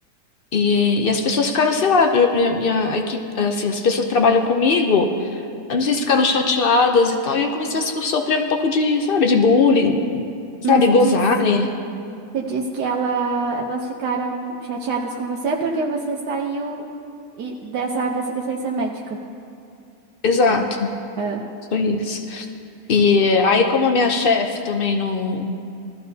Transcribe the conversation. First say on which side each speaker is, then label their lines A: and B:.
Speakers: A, on the left; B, on the right.
A: E, e as pessoas ficaram, sei lá, eu- minha, minha equipe, assim, as pessoas que trabalham comigo Não sei se ficaram chateadas e tal. E eu comecei a so- sofrer um pouco de, sabe, de bullying, sabe,
B: mas você
A: gozarem.
B: diz, você diz que ela, elas ficaram chateadas com você porque você saiu e- dessa, dessa licença médica.
A: Exato,
B: É. Ah,
A: foi isso. E eh, aí, como a minha chefe também não.